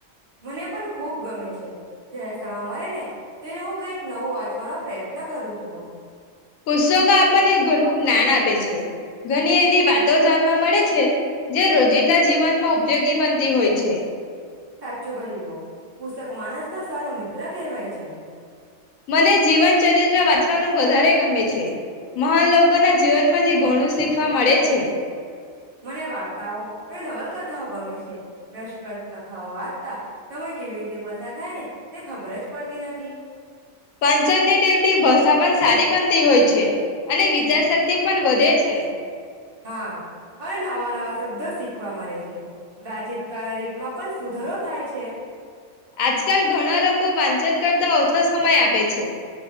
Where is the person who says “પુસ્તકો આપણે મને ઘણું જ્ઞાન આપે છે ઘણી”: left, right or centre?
Left